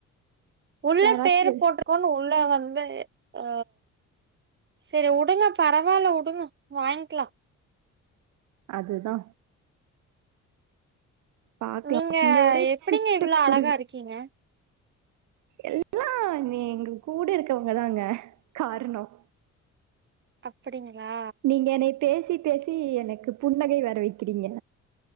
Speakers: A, on the right; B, on the right.
A: உள்ள
B: யாராச்சு
A: பேரு
B: வெ
A: போட்டுக்கோன்னு உள்ள வந்து அ சரி உடுங்க பரவால்ல உடுங்க வாய்ங்க்ளா
B: அதுதா பாக்கலா
A: நீங்க
B: இங்க ஒரே
A: எப்படிங்க
B: சிட்டு
A: இவ்ளோ
B: குருவி
A: அழகா இருக்கீங்க
B: எல்லா நீங்க கூட இருக்கவங்க தாங்க காரணம்
A: அப்படிங்ளா
B: நீங்க என்னை பேசி பேசி எனக்கு புன்னகை வர வைக்கறீங்க